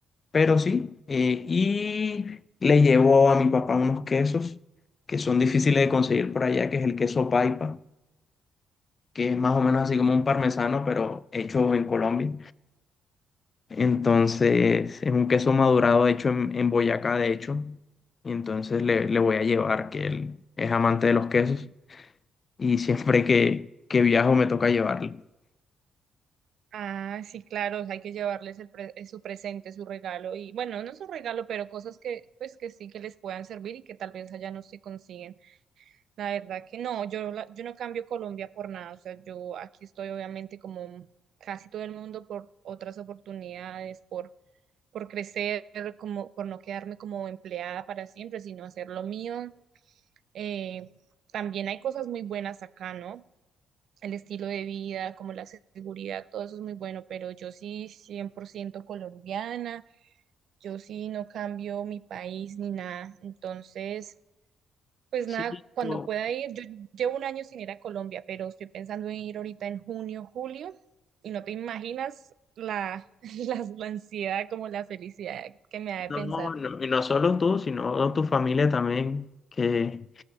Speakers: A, on the left; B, on the right.
A: pero sí. eh, y le llevo a mi papá unos quesos que son difíciles de conseguir por allá, que es el queso paipa, que es más o menos así como un parmesano, pero hecho en Colombia. Entonces, es un queso madurado hecho en, en Boyacá, de hecho. Y entonces le, le voy a llevar, que él es amante de los quesos. Y <laughs> siempre que, que viajo me toca llevarle.
B: Ah, sí, claro, hay que llevarles el pre- eh, su presente, su regalo y bueno, no su regalo, pero cosas que pues que sí que les puedan servir y que tal vez allá no se consiguen. La verdad que no, yo la- yo no cambio Colombia por nada, o sea, yo aquí estoy obviamente como casi todo el mundo por otras oportunidades, por por crecer, como por no quedarme como empleada para siempre, sino hacer lo mío. Eh, también hay cosas muy buenas acá, ¿no? el estilo de vida, como la seguridad, todo eso es muy bueno, pero yo sí 100% colombiana, yo sí no cambio mi país ni nada, entonces, pues
A: Sí,
B: nada, cuando
A: no,
B: pueda ir, yo llevo un año sin ir a Colombia, pero estoy pensando en ir ahorita en junio, julio, y no te imaginas la, <laughs> la, la ansiedad, como la felicidad que me da de
A: no,
B: pensar
A: no, y no solo tú, sino tu familia también, que